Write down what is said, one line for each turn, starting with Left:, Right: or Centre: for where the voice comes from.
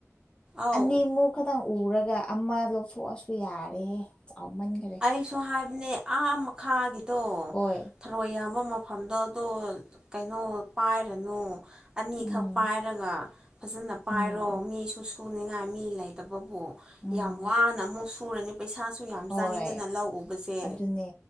Right: ꯑꯧ
Left: ꯑꯅꯤꯃꯨꯛ ꯈꯇꯪ ꯎꯔꯒ ꯑꯃ ꯂꯧꯊꯣꯛꯑꯁꯨ ꯌꯥꯔꯦꯍꯦ ꯆꯥꯎꯃꯟꯒꯔꯦ
Right: ꯑꯩꯁꯨ ꯍꯥꯏꯕꯅꯦ ꯑꯥ ꯃꯈꯥꯒꯤꯗꯣ
Left: ꯍꯣꯏ
Right: ꯊꯔꯣꯏ ꯌꯥꯝꯕ ꯃꯐꯝꯗꯣ ꯑꯗꯣ ꯀꯩꯅꯣ ꯄꯥꯏꯔꯅꯨ ꯑꯅꯤꯈꯛ
Left: ꯎꯝ
Right: ꯄꯥꯏꯔꯒ ꯐꯖꯅ ꯄꯥꯏꯔꯣ
Left: ꯎꯝ
Right: ꯃꯤꯁꯨ ꯁꯨꯅꯤꯡꯉꯥꯏ ꯃꯤ ꯂꯩꯇꯕꯕꯨ
Left: ꯎꯝ
Right: ꯌꯥꯝ ꯋꯥꯅ ꯑꯃꯨꯛ ꯁꯨꯔꯅꯤ ꯄꯩꯁꯥꯁꯨ ꯌꯥꯝ
Left: ꯍꯣꯏ
Right: ꯇꯥꯡꯉꯤꯗꯅ ꯂꯧ ꯎꯕꯁꯦ
Left: ꯑꯗꯨꯅꯦ